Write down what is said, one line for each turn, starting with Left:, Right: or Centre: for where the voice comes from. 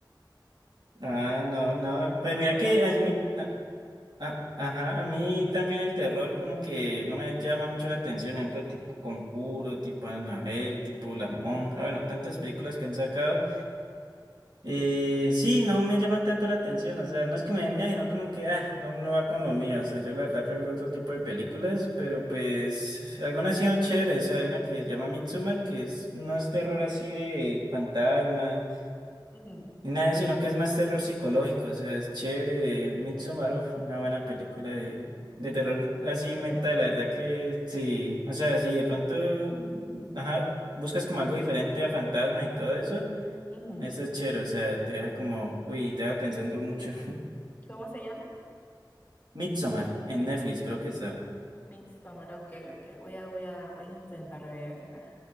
Right: Ah,
Left: Así
Right: no,
Left: que por
Right: no.
Left: eso que no,
Right: Pues mira
Left: no
Right: que
Left: la
Right: a mí, a- a- ajá, a mí también el terror como que no me llama mucho la atención. Por ejemplo, tipo Conjuro, tipo Anabel tipo La Monja. Bueno, tantas películas que han sacado. Eh, sí, no me llaman tanto la atención, o sea, no es que me den miedo, sino como que, ah, no, no va con lo mío, o sea, yo la verdad prefiero otro tipo de películas, pero pues
Left: conocí.
Right: algunas sí son chéveres, o sea, hay una que se llama Midsommar, que es, no es terror así de fantasma,
Left: Ujú,
Right: ni nada de eso, sino que es más terror psicológico, o sea, es chévere, Midsommar, uf, una buena película de, de terror así
Left: De
Right: mental,
Left: terror.
Right: la verdad que sí, o sea, si de pronto,
Left: Ah.
Right: ajá, buscas como algo diferente a fantasmas y todo eso.
Left: Ujú.
Right: Esa es chévere, o sea, te deja como, uy, te deja pensando mucho. <laughs>
Left: ¿Cómo se llama?
Right: Midsommar, en Netflix, creo que está.
Left: Midsommar, ok, ok, voy a, voy a, voy a intentar verla.